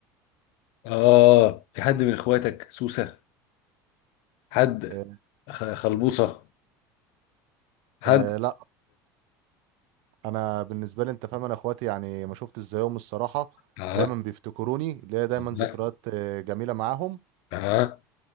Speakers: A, on the left; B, on the right.
A: اه في حد من اخواتك سوسه حد
B: آه،
A: خ- خلبوصه حد
B: أه لا انا بالنسبه لي انت فاهم انا اخواتي يعني ما شفتش زيهم الصراحه
A: اه
B: دايما بيفتكروني ليا دايما ذكريات
A: لا
B: آه، جميله معاهم
A: اه